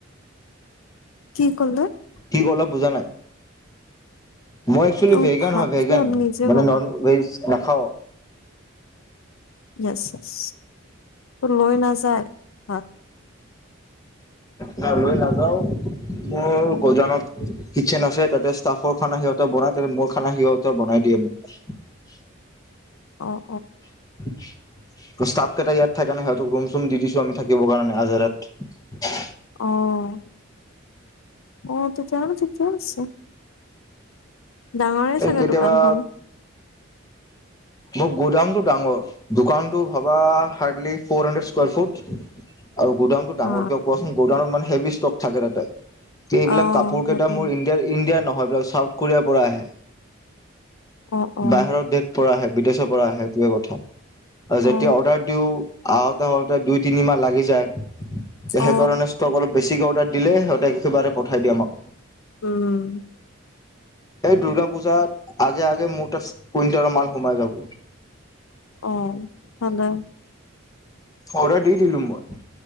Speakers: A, on the left; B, on the left.
A: কি কলে
B: কি কলা বুজা নাই। মই একচলি
A: অ
B: ভেগান
A: ভাতটো
B: হয় ভেগান
A: আমি নিজে
B: মানে
A: বনাও
B: নন ভেজ নাখাও
A: মাছ চাছ এ লৈ নযায় ঘৰত <inaudible>
B: মই লৈ নাযাও মোৰ গজানত কিটচন আছে তাতে ষ্টাফৰ খানা সিহতে বনাই তাতে মোৰ খানা সিহঁতে বনাই দিয়ে। <unintelligible>
A: অঁ
B: <unintelligible> ষ্টাফ কেইটা ইয়াত থাকে ন সিহতক ৰুম চুম দি দিছো আমি থাকিব কাৰণে আজাৰত
A: অহ অহ তেতিয়া‌ হলে ঠিকে আছে। ডাঙৰে চাগে
B: কেতিয়াবা
A: দোকানখন
B: মোক গোদামটো ডাঙৰ দোকানতটো ভাবা hardly four hundred square foot আৰু গোডাউন টো ডাঙৰ
A: অ
B: কিয় কোৱাচোন গোডাউনত মানে হেভি ষ্টক থাকে তাতে। এইবিলাক
A: অ
B: কাপোৰ
A: সেইটো
B: কেইটা মোৰ ইণ্ডিয়াৰ ইণ্ডিয়াৰ নহয় এইবিলাক চাউথ কোৰিয়াৰ পৰা আহে
A: অ অ
B: বাহিৰৰ দেশ পৰা আহে বিদেছৰ পৰা আহে সেইটোৱে কথা যেতিয়া
A: অ
B: অৰ্ডাৰ দিও আহোতে আওঁতে দুই তিনি মাহ লাগি যায় তে সেইকাৰণে
A: অ
B: ষ্টক অলপ বেছিকে অৰ্ডাৰ দিলে সিহঁতে একেবাৰে। পঠাই দিয়ে আমাক।
A: উম
B: এই দুূৰ্গা পূজাত আগে আগে মোৰ তাত কুইণ্টেলৰ মাল সোমাই যাব।
A: অহ ভালেই
B: অৰ্ডাৰ দি দিলো মই